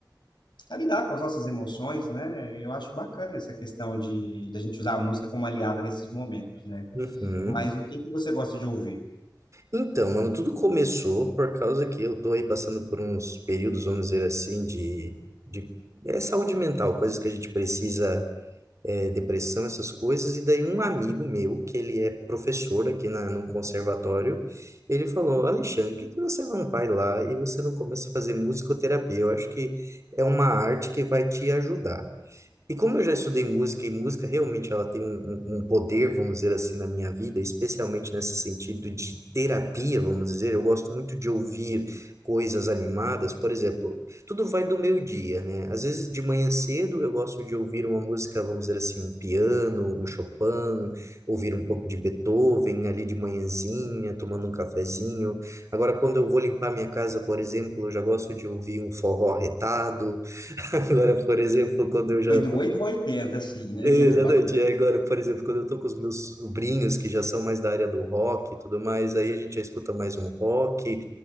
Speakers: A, on the left; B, on the right.
A: a lidar com as nossas emoções, né? Eu acho bacana essa questão de da gente usar a música como aliada nesses momentos, né?
B: Uhum.
A: Mas o que que você gosta de ouvir?
B: Então, mano, tudo começou por causa que eu tô aí passando por uns períodos, vamos dizer assim, de, de é, saúde mental, coisas que a gente precisa, é, depressão, essas coisas. E daí um amigo meu, que ele é professor aqui na, num conservatório, ele falou, Alexandre, por que que você não vai lá e você não começa a fazer musicoterapia? Eu acho que é uma arte que vai te ajudar. E como eu já estudei música, e música realmente ela tem um, um- um poder, vamos dizer assim, na minha vida, especialmente nesse sentido de terapia, vamos dizer, eu gosto muito de ouvir coisas animadas, por exemplo, tudo vai do meu dia, né? Às vezes de manhã cedo eu gosto de ouvir uma música, vamos dizer assim, um piano, um Chopin, ouvir um pouco de Beethoven ali de manhãzinha, tomando um cafezinho. Agora, quando eu vou limpar minha casa, por exemplo, eu já gosto de ouvir um forró retado. <laughs> Agora, por exemplo, quando eu já
A: Foi do 8 ao 80, assim, né?
B: Exatamente.
A: <laughs> Bacana,
B: E Agora, por exemplo, quando eu tô com os meus sobrinhos, que já são mais da área do rock e tudo mais, aí a gente já escuta mais um rock.